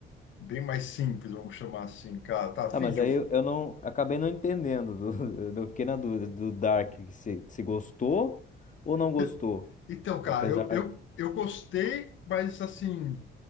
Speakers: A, on the left (about 75°); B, on the left (about 40°).
A: bem mais simples, vamos chamar assim, cara. Tá afim
B: Ah, mas
A: de
B: aí
A: ouvir?
B: eu eu não acabei não entendendo. do- <laughs> eu fiquei na dúvida do Dark se, se gostou ou não
A: <laughs>
B: gostou.
A: Então, cara,
B: Apesar.
A: eu, eu, eu gostei, mas assim,